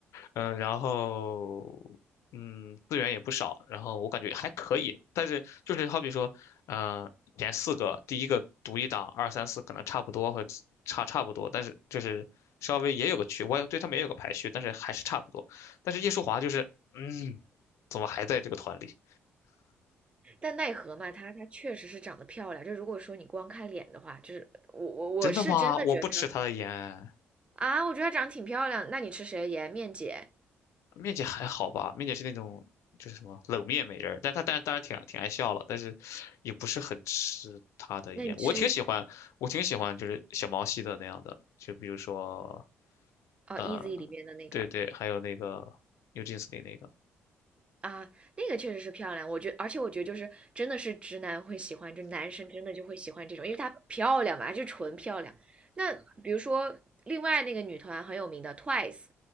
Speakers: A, on the left (about 75°); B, on the right (about 25°).
A: 嗯，然后嗯，资源也不少，然后我感觉还可以，但是就是好比说，嗯、前四个，第一个独一档，二三四可能差不多，或者差差不多，但是就是稍微也有个区，我也对他们也有个排序，但是还是差不多。但是叶舒华就是，嗯，怎么还在这个团里？
B: 但奈何嘛，他他确实是长得漂亮。就如果说你光看脸的话，就是我我我是真的觉得他。
A: 真的吗？我不吃他的盐，
B: 啊，我觉得她长得挺漂亮。那你吃谁颜面姐？
A: 面姐还好吧？面姐是那种就是什么冷面美人儿，但她但是当然挺挺爱笑了，但是也不是很吃她的颜。
B: 那你吃
A: 我挺喜欢，我挺喜欢就是小毛细的那样的，就比如说
B: 哦，Easy
A: 呃，
B: 里面的那个
A: 对对，还有那个 NewJeans 里那个
B: 啊，那个确实是漂亮。我觉而且我觉得就是真的是直男会喜欢，就男生真的就会喜欢这种，因为她漂亮嘛，就纯漂亮。那比如说另外那个女团很有名的 Twice，